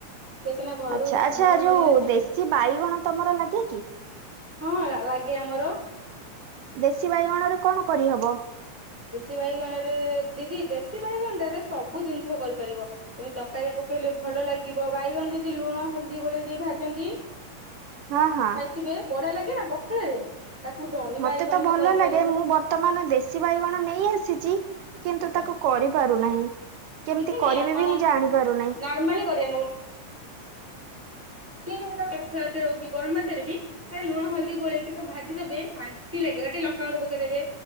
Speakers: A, in the centre; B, on the right (about 85°).
A: ଟିକେ ସିନା ଘରୁ
B: ଆଚ୍ଛା
A: ସମୟ
B: ଆଛା
A: ମିଳିଲେ
B: ଯୋଉ
A: ଯିବି
B: ଦେଶୀ ବାଇଗଣ ତମର ଲାଗେ କି?
A: ହଁ ଲାଗେ ଆମର।
B: ଦେଶୀ ବାଇଗଣ ରେ କଣ କରିହବ?
A: ଦେଶୀ ବାଇଗଣରେ ଦିଦି ଦେଶୀ ବାଇଗଣାରେ ସବୁ ଜିନିଷ କହିପାରିବ ତମେ ତରକାରୀ ପ ପକେଇଲେ ଭଲ ଲାଗିବ ବାଇଗଣ ଦିଦି ଲୁଣ ହଳଦୀ ଗୋଳେଇ ଦେଇ ଭାଜନ୍ତି।
B: ହଁ ହଁ
A: ଖାଇଥିବେ ବଢିଆ ଲାଗେ ନା ପଖାଳରେ। ତାକୁ ଦହି
B: ମତେ
A: ବାଇଗଣ
B: ତ ଭଲ
A: ବି କରିପାରିବ
B: ଲାଗେ ମୁଁ ବର୍ତ୍ତମାନ ଦେଶୀ ବାଇଗଣ ନେଇ ଆସିଛି। କିନ୍ତୁ
A: ଆଚ୍ଛା।
B: ତାକୁ କରିପାରୁନାହିଁ। କେମିତି
A: କିଛି ନାହିଁ
B: କରିବେ
A: ଆପଣ
B: ବି ମୁଁ ଜାଣି ପାରୁନାହିଁ।
A: ନର୍ମାଲି କରିବା ର ଗରମ ଭାତରେ ବି ଖାଲି ଲୁଣ ହଳଦୀ ଗୋଳେଇକି ତ ଭାଜିଦେବେ ଶାନ୍ତି ଲାଗେ ଟଙ୍କା ଗୁଡ ପକେଇଦବେ